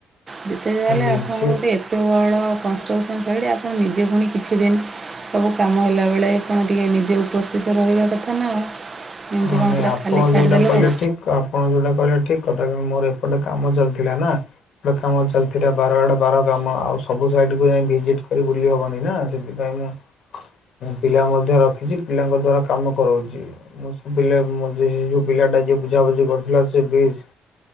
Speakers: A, on the right; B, on the left.
A: ଯେତେ ହେଲେ
B: ଆ ନିଜେ
A: ଆପଣଙ୍କ ଗୋଟେ ଏତେ ବଡ଼ କନଷ୍ଟ୍ରକ୍ସନ୍ ଶାଇଡ଼ୀ ଆପଣ ନିଦେ ପୁଣି କିଛି ଦିନ୍ ସବୁ କାମ ହେଲାବେଳେ ଆପଣ ଟିକେ ନିଜେ ଉପସ୍ଥିତ ରହିବା କଥା ନା ଆଉ। ଏମିତି
B: ହଁ
A: କ'ଣ
B: ନାଇଁ
A: ପୁରା
B: ଆପଣ
A: ଖାଲି ଛାଡ଼ିଦେଲେ
B: ଯୋଉଟା କହିଲେ
A: ହେବ
B: ଠିକ୍ ଆପଣ ଯୋଉଟା କହିଲେ ଠିକ୍ କଥା କିନ୍ତୁ ମୋର ଏପଟେ କାମ ଚାଲିଥିଲା ନା। ଗୋଟେ କାମ ଚାଲିଥିଲା ବାର ଆଡ଼େ ବାର କାମ ଆଉ ସବୁ ସାଇଡ଼୍ କୁ ଯାଇ ଭିଜିଟ୍ କରି ବୁଲି ହେବନି ନା ସେଥିପାଇଁ ମୁଁ। ମୁଁ ପିଲା ମଧ୍ୟ ରଖିଛି ପିଲାଙ୍କ ଦ୍ଵାରା କାମ କରାଉଛି ମୁଁ ପିଲା ଯୋଉ ପିଲା ଟା ଯିଏ ବୁଝାବୁଝି କରିୁଥିଲା ସେ ବ୍ରିଜ୍